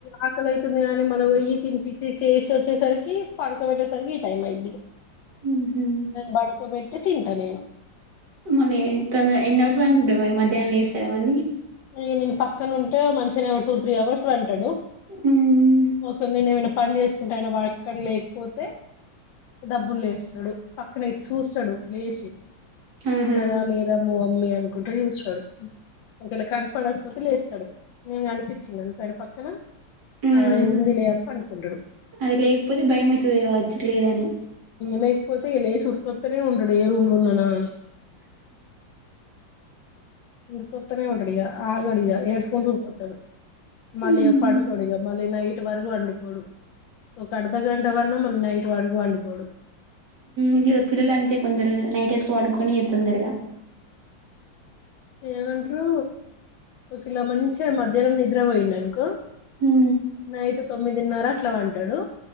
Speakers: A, on the left (about 80°); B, on the right (about 60°).
A: ఆకలి అతుంది కాగాని మళ్ళీ పోయ్యి తినిపచ్చి చేసి వచ్చేసరికి పడుకోబట్ట సరికి ఈ టైమ్ అయి
B: మ్మ్
A: బకోబ అ తింటా నేను
B: మళ్ళీ ఎంతొంద ఎన్ని నవర్స్లు వనుకుంటండంది మరి మధ్యాహ్ం వేస్తా మళ్ళీ
A: అ నేను పక్కన ఉంటే మంచిగా టూ త్రీ అవర్స్ వంటాడు
B: మ్మ్
A: ఓకే నేను ఏమైనా పని చేసుకుంటా ఆయన వడకని లేకపోతే డబ్బులు లేస్తడు పక్కన ఇటు చూస్తడు లేచి
B: ఆహా
A: ఉన్నదా లేదా మా మమ్మీ అనుకుంట చూస్తడు ఒకవేళ కనపడకపోతే లేస్తడు. నేను అనిపించిందినుకో ఆయన పక్కన
B: మ్మ్
A: ఆ ఇ ఉంది లే అని పనుకుంటడు
B: అది లేకపోతే భయం అవుతుది కావచ్చు లేరని
A: లేకపోతే ఇ లేసి ఉరికొస్తనే ఉండడు ఏ రూమ్ లో ఉన్నానా అని ఉర్కత్తనే ఉండిగా ఆగడిగా ఏడసుకుంటా ఊర్కతాడు. మళ్ళీ
B: మ్మ్
A: పడుకోడు ఇగ మళ్ళీ నైట్ వరకు వండుకోడు. ఒక అర్ధ గంట వన్నా మళ్ళ నైట్ వాడికి పండుకోడు
B: ఇది పిల్లల అంతే కొందరు నైట్ ఏస్ పడుకొని తొందరగా
A: ఏమండ్రు ఒక ఇలా మంచిగా మధ్యాహ్నం నిద్ర పోయిండ అనుకో
B: ఉహు
A: నైట్ తొమ్మిదిన్నర అట్లా పంటడు.